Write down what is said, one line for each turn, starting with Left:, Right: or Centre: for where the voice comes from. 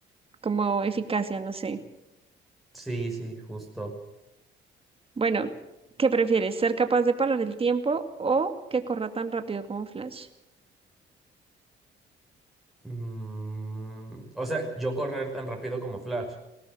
Right: como eficacia, no sé.
Centre: Sí, sí, justo.
Right: Bueno, ¿qué prefieres? ¿Ser capaz de parar el tiempo o que corra tan rápido como Flash?
Centre: Mm, o sea, yo correr tan rápido como Flash.